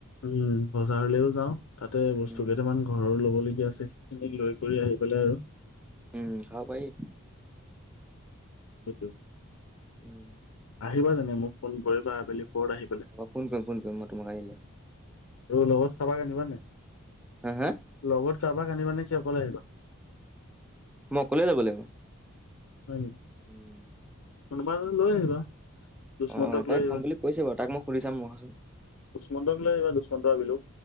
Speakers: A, on the left; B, in the centre.
A: উম। বজাৰলৈও যাওঁ, তাতে বস্তু
B: উম
A: কেইটামান ঘৰৰ ল'ব লবলগীয়া আছে সেইখিনি লৈ কৰি আহি পেলাই আৰু।
B: উম খাব পাৰি।
A: সেইটো
B: উম
A: আহিবা জানে মোক ফোন কৰিবা। আবেলি পৰত আহি
B: অ ফোন কৰিম, ফোন কৰিম মই তোমাক আহিলে।
A: ত লগত কাবাক আনিবা নাই?
B: হা হা
A: লগত কাবাক আনিবা নেকি? অকলে আহিবা?
B: মই অকলে যাব লাগিব।
A: হয় নেকি?
B: উম।
A: কোনোবা লৈ আহিবা। দুষ্মন্তক
B: অ তাই
A: লৈ আহিবা
B: খাম বুলি কৈছে বাৰু। তাক মই সুধি চাম মই।
A: দুচমন্তক লৈ আহিবা। দুুচমন্ত আৰু বিলু।